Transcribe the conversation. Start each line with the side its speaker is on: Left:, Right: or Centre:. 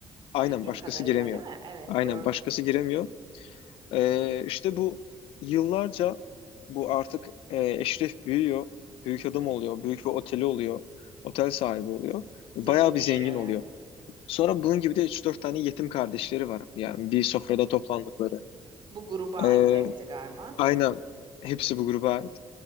Left: Aynen
Right: bildiğim
Left: başkası
Right: kadarıyla
Left: giremiyor.
Right: değil mi? Evet
Left: Aynen
Right: gördüm.
Left: başkası giremiyor. Ee, işte bu yıllarca bu artık e, Eşref büyüyor. Büyük
Right: Hı
Left: adam
Right: hı.
Left: oluyor. Büyük bir oteli oluyor. Otel sahibi oluyor. Bayağı
Right: Zenginleşiyor
Left: bir zengin oluyor.
Right: yani.
Left: Sonra bunun gibi de üç dört tane yetim kardeşleri var. Yani bir sofrada toplandıkları.
Right: Bu gruba
Left: Ee,
Right: ait hepsi galiba.
Left: aynen. Hepsi bu gruba ait.